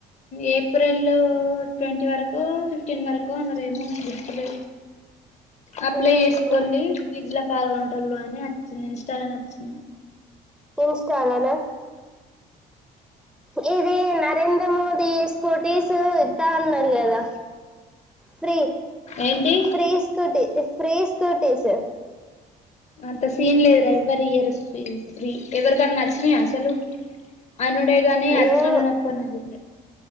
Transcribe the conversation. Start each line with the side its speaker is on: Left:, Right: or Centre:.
Left: ఏప్రిల్ ట్వంటీ వరకు ఫిఫ్టీన్ వరకు అన్నారురేమో గుర్తులే అప్లై
Centre: ఉమ్
Left: చేసుకోండిఫ్రిడ్జ్
Centre: ఉమ్
Left: లో పాల్గొనటళు అని వచ్చింది ఇన్స్టాలోని వచ్చింది
Centre: ఇన్స్టాలనా ఇది నరేంద్ర నరేంద్ర మోదీ స్కూటీస్ ఇద్దా అన్నారు కదా ఫ్రీ
Left: ఏంటి
Centre: ఫ్రీస్కటీ ఫ్రీస్కటీస్
Left: అంత సీన్లేదు రా ఎవరి ఇయర్ ఫ్రీ ఎవరికన్నా నచ్చినాయి అసలు అనుడేగానీ అచ్చిన
Centre: ఏమో
Left: వాళ్ళ ఒకరిని చూడలే